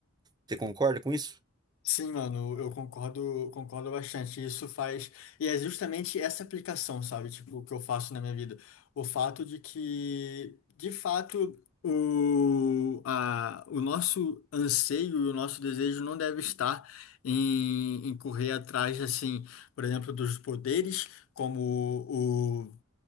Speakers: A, on the right; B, on the left.
A: Você concorda com isso?
B: Sim, mano, eu concordo, concordo bastante. Isso faz. E é justamente essa aplicação, sabe? Tipo, o que eu faço na minha vida. O fato de que, de fato, o, a, o nosso anseio e o nosso desejo não deve estar em, em correr atrás, assim, por exemplo, dos poderes, como